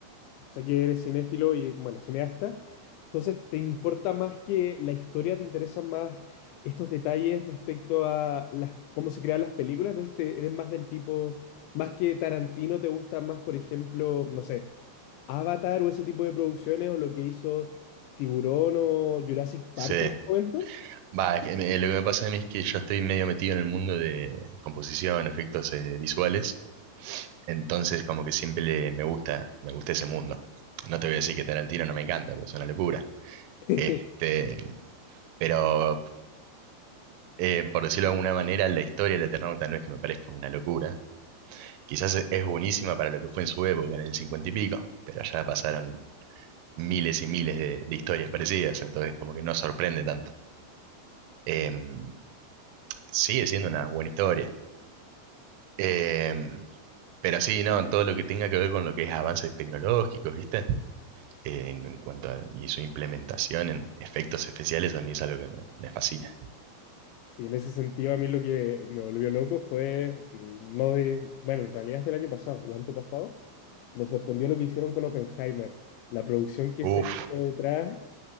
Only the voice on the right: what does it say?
Sí.
Va, que me- lo que me pasa a mí es que yo estoy medio metido en el mundo de composición, efectos eh, visuales, entonces como que siempre le- me gusta, me gusta ese mundo. No te voy a decir que Tarantino no me encanta, pues es una locura.
Este, pero eh, por decirlo de alguna manera, la historia de Eternauta no es que me parezca una locura, Quizás es es buenísima para lo que fue en su época, en el 50 y pico, pero ya pasaron miles y miles de, de historias parecidas, entonces como que no sorprende tanto. Em, sigue siendo una buena historia. Em, pero sí, no, todo lo que tenga que ver con lo que es avances tecnológicos, ¿viste? Eh, en, en cuanto a y su implementación en efectos especiales, a mí es algo que me, me fascina.
Uf,